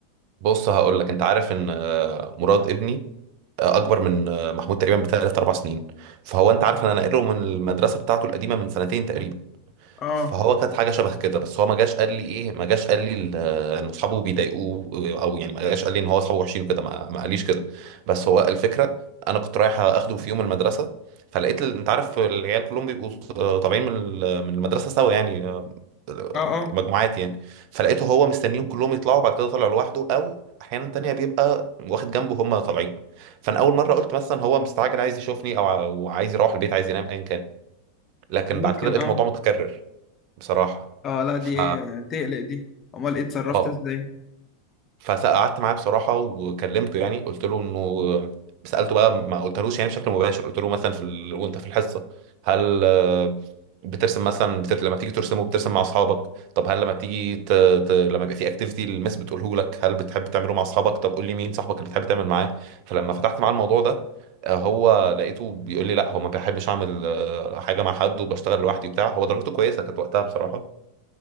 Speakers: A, on the right; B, on the left.
A: بص هقول لك انت عارف ان آه، مراد ابني آه، اكبر من آه، محمود تقريبا بثلاث اربع سنين فهو انت عارف ان انا ناقله من المدرسه بتاعته القديمه من سنتين تقريبا
B: اه
A: فهو كانت حاجه شبه كده بس هو ما جاش قال لي ايه ما جاش قال لي ال- ان اصحابه بيضايقوه او يعني ما جاش قال لي ان هو اصحابه وحشين وكده ما, ما قاليش كده بس هو الفكره انا كنت رايح اخده في يوم المدرسه فلقيت ال- انت عارف العيال كلهم بيبقوا آه، طالعين من ال- من المدرسه سوا يعني آه،
B: اه اه
A: مجموعات يعني فلقيته هو مستنيهم كلهم يطلعوا بعد كده طالع لوحده او احيانا تانية بيبقى واخد جنبه هم طالعين فانا اول مره قلت مثلا هو مستعجل عايز يشوفني او ع- أو عايز يروح البيت عايز ينام ايا كان لكن
B: ممكن
A: بعد كده لقيت
B: اه
A: الموضوع متكرر بصراحة
B: اه لا دي
A: ف
B: آه، تقلق دي امال ايه اتصرفت
A: اه
B: ازاي
A: فقعدت معاه بصراحة وكلمته يعني قلت له انه سألته بقى ما قلتلوش يعني بشكل مباشر قلت له مثلا في ال... وانت في الحصة هل آه، بترسم مثلا بتر... لما بتيجي ترسم وبترسم مع اصحابك طب هل لما بتيجي ت... ت... لما يبقى في اكتيفيتي المس بتقوله لك هل بتحب تعمله مع اصحابك طب قول لي مين صاحبك اللي بتحب تعمل معاه فلما فتحت معاه الموضوع ده آه، هو لقيته بيقول لي لا هو ما بيحبش اعمل آه، حاجه مع حد وبشتغل لوحدي وبتاع هو درجته كويسه كانت وقتها بصراحه